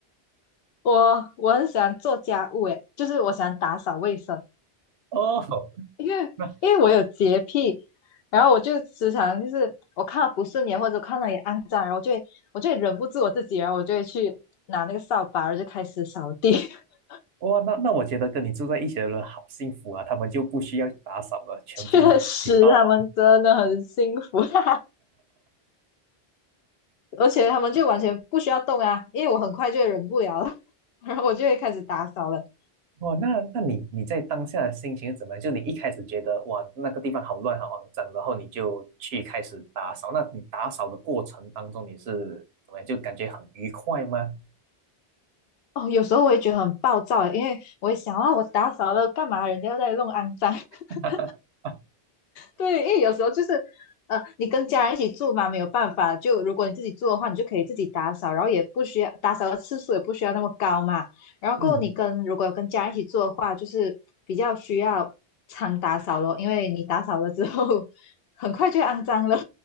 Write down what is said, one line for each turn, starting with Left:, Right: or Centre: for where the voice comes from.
Left: 我我很喜欢做家务，诶，就是我喜欢打扫卫生，
Right: <laughs> 哦，
Left: 因为因为我有洁癖，
Right: 那
Left: 然后我就时常就是我看到不顺眼或者看到也肮脏，然后我就会我就会忍不住我自己，然后我就会去拿那个扫把，然后就开始扫地。<laughs>
Right: 哇，那那我觉得跟你住在一起的人好幸福啊，他们就不需要打扫了，全部你你帮完。
Left: 确实，他们真的很辛苦，<laughs> 而且他们就完全不需要动啊，因为我很快就忍不了了，<laughs> 然后我就会开始打扫了。
Right: 哇，那那你你在当下的心情是怎么样？就你一开始觉得哇那个地方好乱好肮脏，然后你就去开始打扫。那你打扫的过程当中你是怎么样？就感觉很愉快吗？
Left: 哦，有时候我也觉得很暴躁欸，因为我也想啊，我打扫了干嘛？人家要在弄肮脏。<laughs>
Right: <laughs>
Left: 对，因为有时候就是，呃，你跟家人一起住嘛，没有办法。就如果你自己住的话，你就可以自己打扫，然后也不需要打扫的次数也不需要那么高嘛。然后过后你跟如果有跟家人一起住的话，
Right: 嗯
Left: 就是比较需要常打扫咯，因为你打扫了之后，<laughs> 很快就会肮脏了。